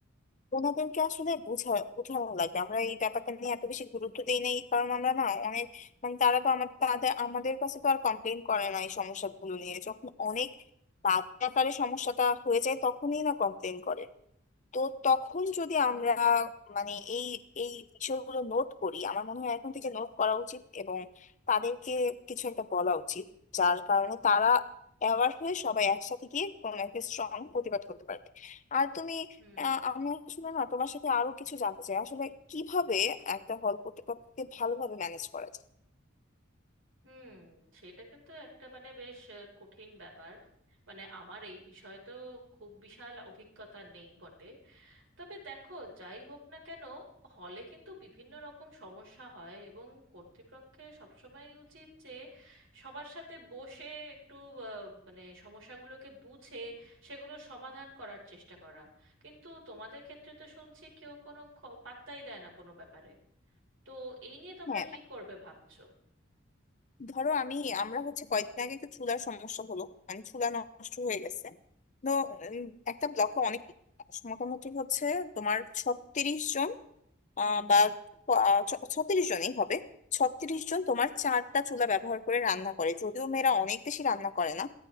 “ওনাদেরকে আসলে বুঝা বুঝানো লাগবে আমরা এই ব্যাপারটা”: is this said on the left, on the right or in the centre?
Left